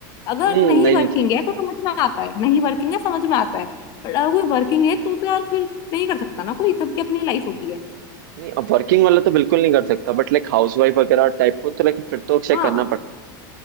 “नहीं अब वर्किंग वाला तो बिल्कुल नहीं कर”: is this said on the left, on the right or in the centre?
Right